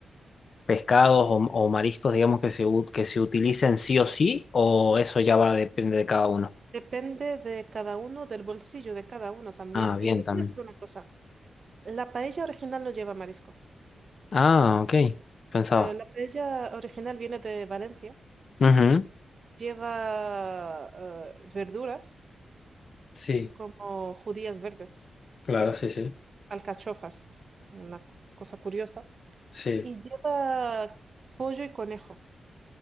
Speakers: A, on the left (about 50°); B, on the right (about 45°).
A: pescados o, o mariscos, digamos, que se, u- que se utilicen sí o sí, o eso ya va, depende de cada uno.
B: Depende de cada uno, del bolsillo de cada uno también.
A: Ah, bien,
B: Y te
A: también.
B: voy a decir una cosa. La paella original no lleva marisco.
A: Ah, ok. Pensaba.
B: Eh, la paella original viene de Valencia.
A: Ujú.
B: Lleva eh, verduras
A: Sí.
B: como judías verdes,
A: Claro, sí, sí.
B: alcachofas, una co- cosa curiosa.
A: Sí.
B: Y lleva pollo y conejo.